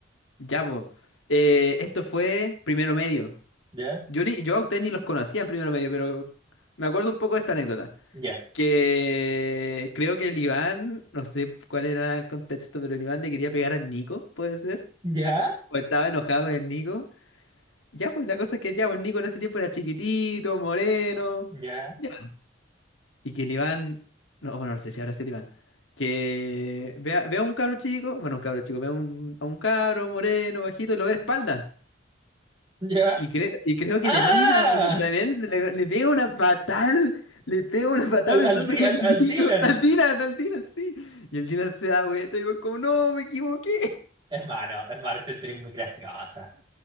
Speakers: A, on the left; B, on the right.
A: Ya, pues. esto fue primero medio.
B: Ya,
A: Yo, ni, yo a ustedes ni los conocía en primero medio, pero me acuerdo un poco de esta anécdota.
B: ya,
A: Que creo que el Iván, no sé cuál era el contexto, pero el Iván le quería pegar al Nico, ¿puede ser?
B: ya,
A: O estaba enojado con el Nico. Ya, pues la cosa es que ya, pues el Nico en ese tiempo era chiquitito, moreno.
B: ya,
A: Ya. Y que el Iván, no, bueno, no sé si habrá sido el Iván. Que vea, vea a un cabro chico, bueno, un cabro chico, vea un, a un cabro moreno, bajito, y lo ve de espalda.
B: ya.
A: Y, cre- y creo que
B: ¡Ah!
A: le manda, tremendo- le, le pega una patada, le pega una patada
B: Al,
A: pensando
B: al, Di-
A: que
B: al,
A: es Nico,
B: al Dylan.
A: <laughs> al Dylan, al Dylan, sí. Y el Dylan se da vuelta y va como, no, me equivoqué.
B: Hermano, hermano, esa historia es muy graciosa.